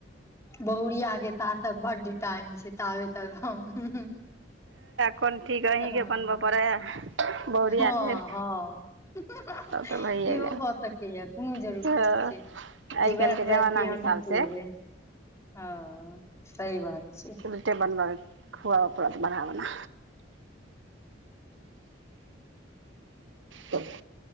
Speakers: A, on the left; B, on the right.
A: बहुरिया के तातै बड टाइम छै। ताबे तक हम
B: कोन ठीक अहीँके
A: हां
B: बनबऽ पड़ै ए बहुरिया
A: हां-हां
B: लेल
A: इहो
B: तब तऽ भइए
A: भऽ सकय यै। कूनू
B: गेल
A: जरूरी नै छै
B: आइ
A: जे
B: काल्हिके
A: वैह खुआएत
B: जमाना
A: कि
B: हिसाबसँ
A: हम्हीं खुएबय। हां सही बात छै।
B: उल्टे बनबा खुआब परात बनाबना। तऽ।